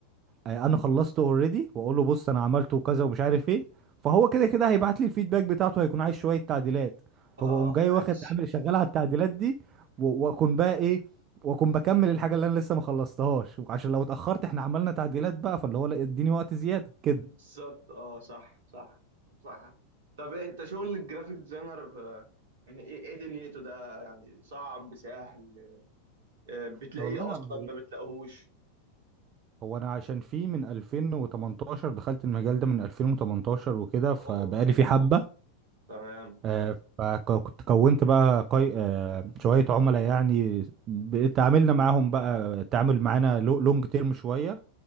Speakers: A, on the right (about 30°); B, on the right (about 55°).
A: آه، انا خلصته اوريدي واقول له بص انا عملته كذا ومش عارف ايه فهو كده كده هيبعت لي الفيدباك بتاعته هيكون عايز شويه تعديلات
B: اه
A: فبقوم جاي
B: ماشي
A: واخد عامل شغال على التعديلات دي و- واكون بقى ايه واكون بكمل الحاجه اللي انا لسه ما خلصتهاش وعشان لو اتاخرت احنا عملنا تعديلات بقى فاللي هو لا اديني وقت زياده كده
B: بالظبط اه صح صح صح طب إيه انت شغل الجرافيك ديزاينر آه، يعني ايه ايه دنيته ده يعني صعب سهل آه، بتلاقيه
A: والله
B: اصلا
A: هو
B: ما بتلاقيهوش
A: هو انا عشان فيه من 2018 دخلت المجال ده من 2018 وكده فبقالي
B: اوه
A: فيه حبه
B: تمام
A: آه، فكنت كونت بقى قي... آه، شوية عملاء يعني ب- تعاملنا معاهم بقى التعامل معانا لو- لونج تيرم شوية